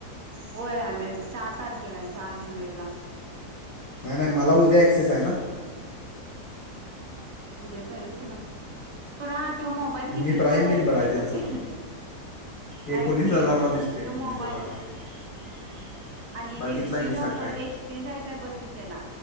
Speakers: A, on the right; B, on the left.
A: होय अमे चार तारखेलाय आहे चार जुलैला.
B: नाय नाय मला उद्या एक्सेस हाय ना.
A: उद्याच आहे होय तुला, तुला तो मोबाईल किती
B: मी प्राईम
A: रुपयाला
B: मेंबर
A: दिसतोय
B: आहे त्यांचा
A: बघ की,
B: एकोणीस
A: ऐक की
B: हजारला दिसतो एकोणीस
A: तो मोबाईल
B: <inaudible>
A: आणि
B: बघितलाय
A: एक्चेंज
B: मी सकाळी
A: ऑफर एक्सचेंज आहे काय बकी त्याला